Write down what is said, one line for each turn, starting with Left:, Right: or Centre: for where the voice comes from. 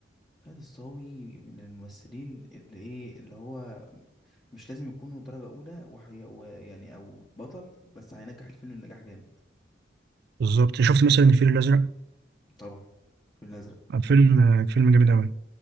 Left: خالد الصاوي من الممثلين اللي ايه اللي هو مش لازم يكونوا درجه اولى وحي... ويعني او بطل بس هينجح الفيلم النجاح جامد
Right: بالظبط شفت مثلا الفيل الازرق
Left: طبعا الفيل الازرق
Right: آه، فيلم آه، فيلم جامد قوي